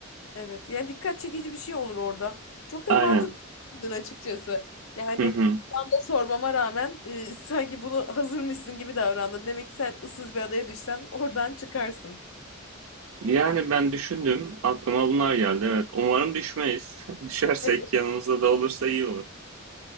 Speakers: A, on the left; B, on the right.
A: Evet yani dikkat çekici bir şey olur orada. Çok da
B: Aynen.
A: mantıklıydın açıkçası. Yani
B: Hı hı.
A: ben de sormama rağmen e, sanki bunu hazırmışsın gibi davrandın. Demek ki sen ıssız bir adaya düşsen oradan çıkarsın.
B: Yani ben düşündüm, aklıma bunlar geldi. Evet, umarım düşmeyiz. <laughs> Düşersek
A: <laughs>
B: yanımızda da olursa iyi olur.